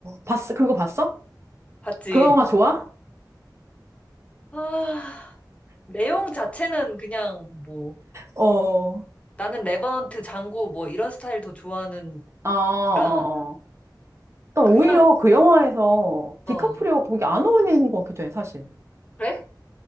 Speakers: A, on the right (about 40°); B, on the left (about 20°).
A: 봤어 그거 봤어
B: 봤지.
A: 그 영화 좋아
B: 아, 내용 자체는 그냥 뭐,
A: 어어어어
B: 나는 레버넌트, 장고 뭐 이런 스타일 더 좋아하는
A: 어, 아, 어,
B: 거
A: 어. 난
B: 그냥,
A: 오히려 그 영화에서 디카프리오가
B: 어,
A: 거기 안 어울리는 것 같기도 해 사실
B: 그래?